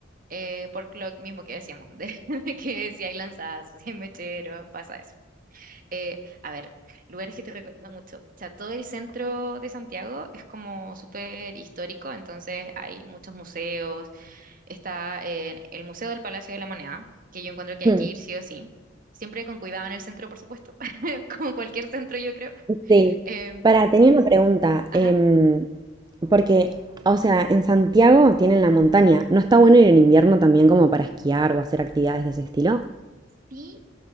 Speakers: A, on the right; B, on the right.
A: eh, por lo mismo que decíamos, de, <laughs> de que si hay lanzazos, si hay mecheros, pasa eso. Eh, a ver, lugares que te recomiendo mucho. O sea, todo el centro de Santiago es como súper histórico, entonces hay muchos museos. Está eh, el Museo del Palacio de la Moneda, que yo encuentro que hay
B: Hmm,
A: que ir sí o sí. Siempre con cuidado en el centro, por supuesto, <laughs> como cualquier centro, yo creo.
B: Sí.
A: Eh,
B: Para, tenía una pregunta,
A: ajá.
B: em, porque, o sea, en Santiago tienen la montaña. ¿No está bueno ir en invierno también como para esquiar o hacer actividades de ese estilo?
A: Sí,